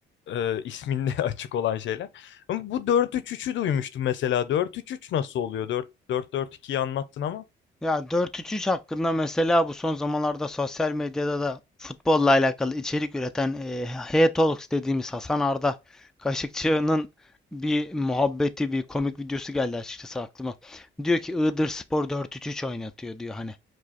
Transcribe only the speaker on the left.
e, isminde <laughs> açık olan şeyler. Ama bu dört üç üçü duymuştum mesela. dört üç üç nasıl oluyor? Dört dört dört ikiyi anlattın ama.